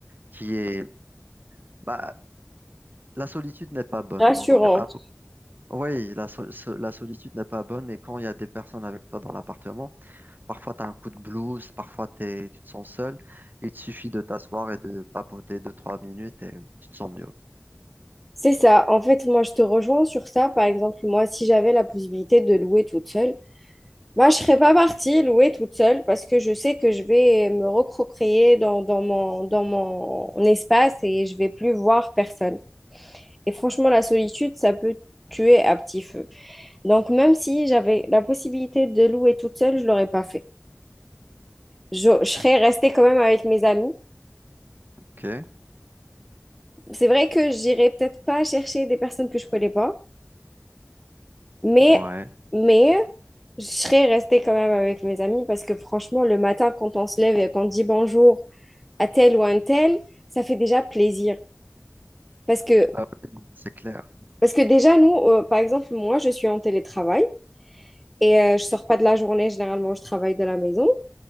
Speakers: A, on the right; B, in the centre.
A: qui est... Bah, la solitude n'est pas bonne.
B: Rassurant.
A: Donc, ah, oui, la, sol- so- la solitude n'est pas bonne. Et quand il y a des personnes avec toi dans l'appartement, parfois tu as un coup de blues, parfois t'es- tu te sens seul. Il te suffit de t'asseoir et de papoter deux, trois minutes et tu te sens mieux.
B: C'est ça. En fait, moi, je te rejoins sur ça. Par exemple, moi, si j'avais la possibilité de louer toute seule, Moi, je serais pas partie louer toute seule parce que je sais que je vais me recroquer dans, dans mon, dans mon espace et je vais plus voir personne. Et franchement, la solitude, ça peut tuer à petit feu. Donc, même si j'avais la possibilité de louer toute seule, je l'aurais pas fait. Je, je serais restée quand même avec mes amis.
A: OK?
B: C'est vrai que j'irais peut-être pas chercher des personnes que je connais pas, mais,
A: Ouais.
B: mais je serais restée quand même avec mes amis parce que franchement, le matin, quand on se lève et qu'on dit bonjour, à tel ou à un tel, ça fait déjà plaisir. Parce que,
A: Bah oui, c'est clair.
B: parce que déjà, nous, euh, par exemple, moi, je suis en télétravail et euh, je sors pas de la journée, généralement, je travaille de la maison.